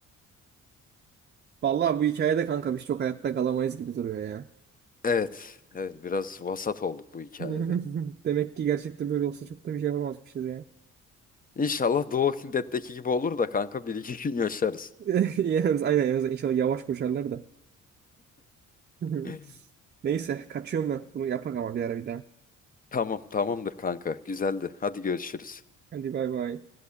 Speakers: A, on the right; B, on the left.
A: Vallahi bu hikayede kanka biz çok hayatta kalamayız gibi duruyor ya.
B: Evet, evet biraz vasat olduk bu hikayede.
A: <laughs> Demek ki gerçekten böyle olsa çok da bir şey yapamazmışız ya.
B: İnşallah The Walking Dead'deki gibi olur da kanka bir iki gün yaşarız.
A: <laughs> Yalnız aynen yalnız inşallah yavaş koşarlar da. <laughs>
B: <laughs>
A: Neyse kaçıyorum ben. Bunu yapak ama bir ara bir daha.
B: Tamam, tamamdır kanka. Güzeldi. Hadi görüşürüz.
A: Hadi bay bay.